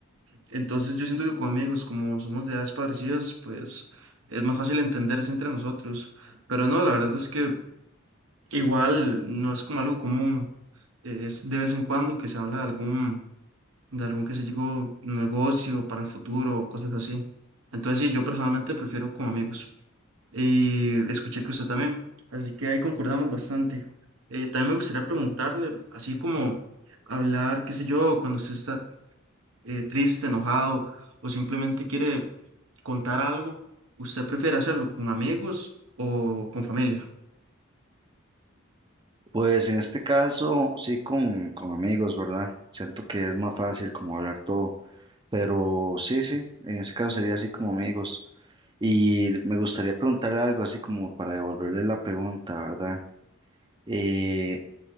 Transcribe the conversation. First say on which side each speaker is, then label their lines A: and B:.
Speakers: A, on the right; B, on the right.
A: Entonces yo siento que con amigos, como somos de edades parecidas, pues es más fácil entenderse entre nosotros. Pero no, la verdad es que igual no es como algo común, eh, es de vez en cuando que se habla de algún de algún, que se llegó negocio para el futuro, cosas así. Entonces, sí, yo personalmente prefiero con amigos. Y escuché que usted también, así que ahí concordamos bastante. Eh, también me gustaría preguntarle, así como hablar, qué sé yo, cuando usted está eh, triste, enojado o simplemente quiere contar algo, ¿usted prefiere hacerlo con amigos o con familia?
B: Pues en este caso sí con, con amigos, ¿verdad? Siento que es más fácil como hablar todo, pero sí, sí, en este caso sería así como amigos. Y me gustaría preguntarle algo así como para devolverle la pregunta, ¿verdad? Eh,